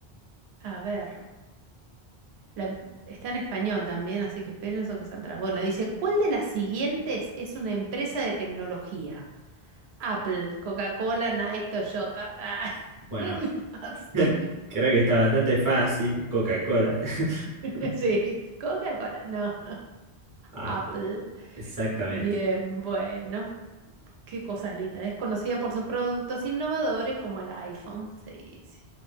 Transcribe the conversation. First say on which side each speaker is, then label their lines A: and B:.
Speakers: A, on the right; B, on the right.
A: A ver. La- está en español también, así que pienso que saldrá. Bueno, dice, ¿cuál de las siguientes es una empresa de tecnología? Apple, Coca-Cola, Nike, Toyota. Ah, <laughs>
B: Bueno,
A: muy fácil.
B: <laughs> creo que está bastante fácil. Coca-Cola. <laughs>
A: <laughs> Sí, Coca-Cola, no.
B: Apple.
A: Apple,
B: Exactamente.
A: bien, bueno, qué cosas lindas. Es conocida por sus productos innovadores como el iPhone. Sí, sí.